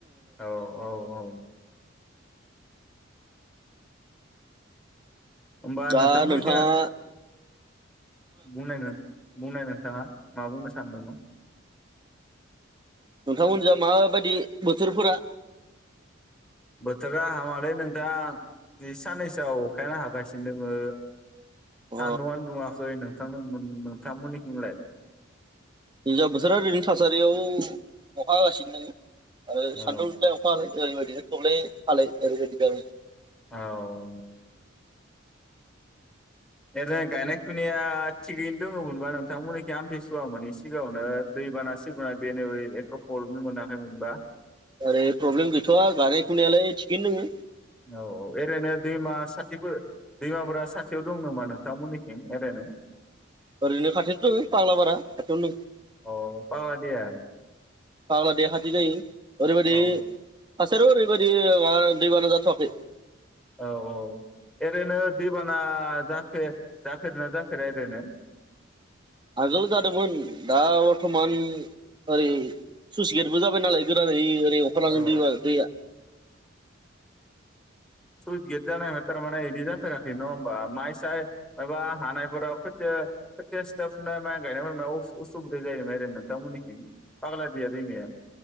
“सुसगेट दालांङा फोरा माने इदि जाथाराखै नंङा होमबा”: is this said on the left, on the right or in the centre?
Centre